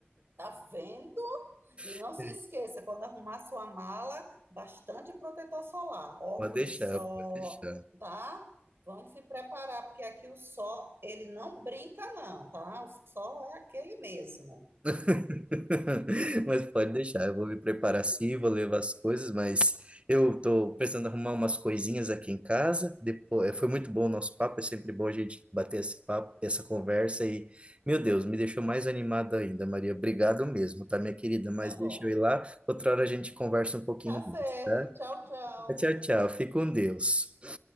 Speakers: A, on the right; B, on the right.
A: Tá vendo? E não
B: <laughs>
A: se esqueça, quando arrumar sua mala, bastante protetor solar, óculos
B: Pode deixar,
A: de sol,
B: pode deixar.
A: tá? Vamos se preparar, porque aqui o sol, ele não brinca, não, tá? O sol é aquele mesmo.
B: <laughs> Mas pode deixar, eu vou me preparar sim, vou levar as coisas, mas eu tô precisando arrumar umas coisinhas aqui em casa. Depois, foi muito bom o nosso papo, é sempre bom a gente bater esse papo, essa conversa e, meu Deus, me deixou mais animado ainda, Maria. Obrigado mesmo, tá, minha querida? Mas
A: Tá bom.
B: deixa eu ir lá, outra hora a gente conversa um pouquinho
A: Tá certo.
B: mais, tá?
A: Tchau, tchau.
B: Tchau, tchau. Fique com Deus.